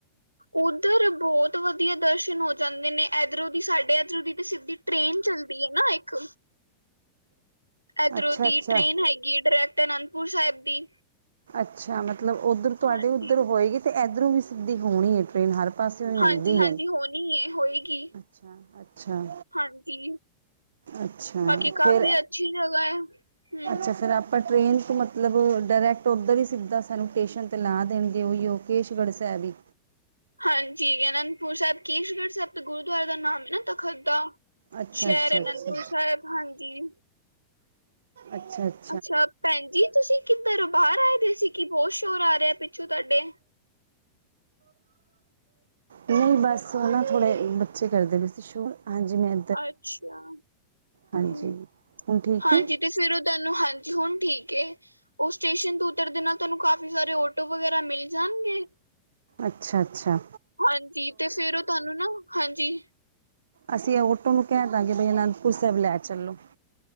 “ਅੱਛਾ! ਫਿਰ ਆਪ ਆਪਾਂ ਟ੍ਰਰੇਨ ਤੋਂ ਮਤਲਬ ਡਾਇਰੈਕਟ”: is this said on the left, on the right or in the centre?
Right